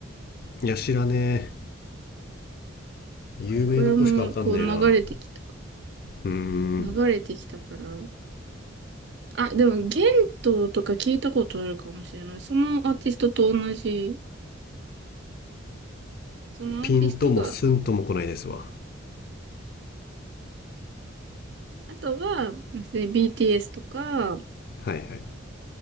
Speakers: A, on the left (about 50°); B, on the right (about 60°).
A: たいや知らねえ有名どこしかわかんねえな
B: これも、こう流れてきた。
A: うーん
B: 流れてきたから。あ、でも、ゲントとか聞いたことあるかもしれない。そのアーティストと同じ。そのアーティストが、
A: ピンともスンとも来ないですわ
B: あとは、で BTS とか、あ、
A: はいは